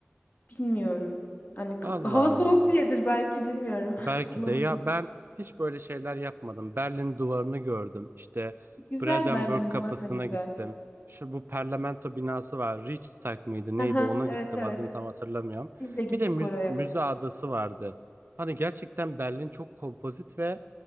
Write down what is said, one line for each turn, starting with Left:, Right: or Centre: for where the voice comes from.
Left: Bilmiyorum. Hani k-
Right: Allah
Left: hava soğuk
Right: Allah.
Left: diyedir belki bilmiyorum.
Right: Belki
Left: <laughs> Olabilir.
Right: de ya ben hiç böyle şeyler yapmadım. Berlin duvarını gördüm. İşte
Left: Güzel
Right: Brandenburg
Left: Berlin
Right: kapısına
Left: duvarı da güzel.
Right: gittim. Şu bu parlamento binası var. Reichstag mıydı neydi
Left: Aha,
Right: ona
Left: evet
Right: gittim.
Left: evet.
Right: Adını tam hatırlamıyorum.
Left: Biz de gittik
Right: Bir de müz-
Left: oraya.
Right: müze adası vardı. Hani gerçekten Berlin çok kompozit ve